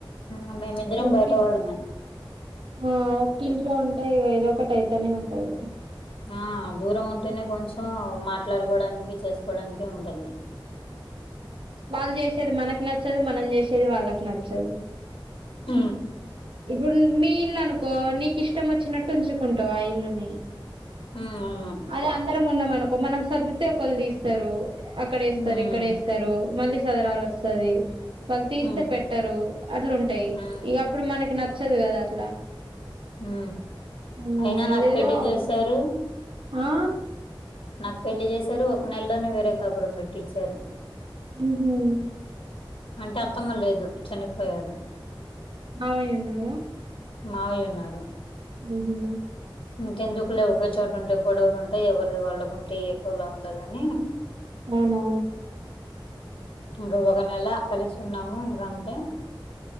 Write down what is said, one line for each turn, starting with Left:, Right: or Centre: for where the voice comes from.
Left: ఆ మేమిద్దరం
Right: ఓకే
Left: బయట వాళ్ళమే
Right: ఆ ఒక్క ఇంట్లో ఉంటే ఏదో ఒకటి అయితనే ఉంటాయి
Left: ఆ దూరం ఉంటేనే కొంచెం మాట్లాడుకోవడానికి చేసుకోవడానికి ఉంటది
Right: వాళ్ళు చేసేది మనకు నచ్చదు మనం చేసేది వాళ్ళకి నచ్చదు
Left: ఊ
Right: ఇప్పుడు మీ ఇల్లు అనుకో నీకు ఇష్టం వచ్చినట్టు ఉంచుకుంటావు ఆ ఇల్లుని
Left: ఊ అవును
Right: అదే అందరం ఉన్నాం అనుకో మనం సద్దితే ఒకళ్ళు తీస్తారు అక్కడేస్తారు
Left: హ్మ్
Right: ఇక్కడేస్తారు మళ్ళీ సదరాలు వస్తది వాళ్ళు తీస్తే
Left: హ్మ్
Right: పెట్టరు అట్లుంటాయి
Left: హ్మ్
Right: ఇగ అప్పుడు మనకి నచ్చదు కదా అట్లా
Left: ఊ
Right: ఉమ్
Left: అయినా నాకు
Right: అదేదో
Left: పెళ్లి
Right: ఆ
Left: చేసారు
Right: ఆ
Left: నాకు పెళ్లి చేశారు ఒక నెలలోనే వేరే కాపురం పెట్టిచ్చారు
Right: ఊహూ
Left: అంటే అత్తమ్మ లేదు చనిపోయారు
Right: మావయ్య ఉన్నాడా
Left: మావయ్య ఉన్నారు
Right: ఊహూ
Left: ఇంకెందుకులే ఒకే చోట ఉంటే గొడవలు ఉంటాయి ఎవరిది వాళ్ళకుంటే ఏ గోలా ఉండదని
Right: అవునా
Left: ఇంక ఒక నెల కలిసున్నాము ఇంక అంతే